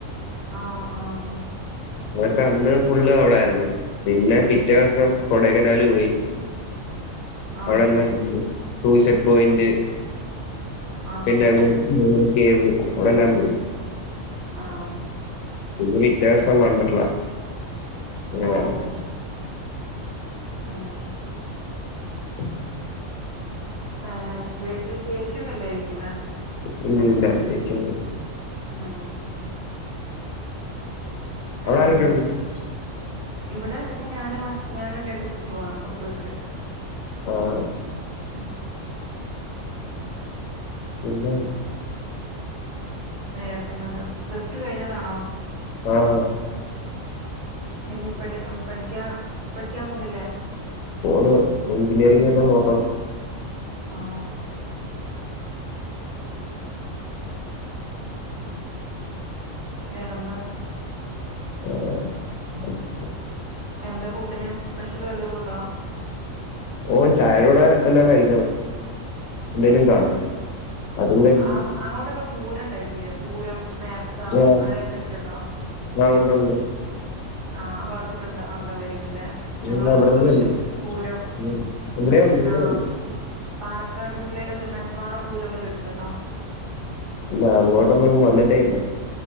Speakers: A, on the right; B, on the left.
A: ആഹ് ആഹ് ആഹ്
B: ന്നട്ട് അന്ന് ഫുള്ള് അവിടൊയിരുന്നു പിന്നെ പിറ്റേ ദിവസം കൊടക്കനാൽ പോയി
A: ആഹ്
B: അവിടെല്ലാംണ്ട് സൂയിസഡ് പോയിന്റ്
A: ആഹ് ആഹ്
B: പിന്നെ മൂ മൂ അവിടെല്ലാം പോയി
A: ആഹ്
B: പിന്നെ പിറ്റേ ദിവസം വണ്ടർല അങ്ങനെയായിരുന്നു
A: ഓ ഓ ആ
B: <inaudible>
A: ഏ വീട്ടില് ചേച്ചിയൊന്നും ഇല്ലായിരിക്കൂല്ലെ
B: ഇല്ല ഇല്ല ചേചിയൊന്നുല്ല
A: ഉം വേറെന്ത
B: അവിടെ ആരൊക്കെയുണ്ട്
A: ഇവിടെ ഞാനും ഹസ് - ഞാനു രണ്ട് കുട്ടില്ണുള്ളത് വീട്ടില്
B: ആഹ്
A: ആ.
B: പിന്നേ
A: ഏ പിന്നെ എന്താ പ്ലസ്റ്റു കഴിഞ്ഞതാണോ?
B: ആഹ.
A: ഇനി പഠി പഠിക്കാ പഠിക്കാൻ പോന്നില്ലേ?
B: പോണം എഞ്ചിനീയറിംഗ് എല്ല നോക്കണം.
A: ആഹ. വേറെന്താ.
B: വേറെ <unintelligible>
A: എന്താ ഫുഡിന് സ്പെഷ്യല് വല്ലതുണ്ടോ?
B: ഓ ചായൂടെ വല്ലോ കഴിക്കണം. എന്തേലും
A: ഉം
B: കാണും അതും കഴിക്കും.
A: ആഹ് അങ്ങോട്ടൊക്കെ പൂരം ഉണ്ടായിട്ടില്ലേ പൂരം നേർച്ച
B: ആ
A: അങ്ങനെയൊക്കെ കേട്ടിട്ടുണ്ടോ?
B: ആ ഉണ്ട്ണ്ട്.
A: ആഹ് ഭാഗത്തൊക്കെ ഇണ്ട ഉണ്ടാവായിരിക്കുംല്ലേ? ഞങ്ങളെ
B: ഉം അവിടെന്നെ
A: ഇങ്ങോട്ടൊക്കെ ഇണ്ട്
B: ഉണ്ട്
A: പൂരം
B: ഉം ഇവിടെ ഉണ്ട് ഇവിടെ
A: ആഹ.
B: ഉണ്ട്
A: പാലക്കാട് ജില്ലയിലൊക്കെ നന്മാറ പൂരോക്കെ കേട്ടിട്ടുണ്ടോ?
B: ഇ അങ്ങോട്ടൊന്നും വന്നിട്ടേ ഇല്ല.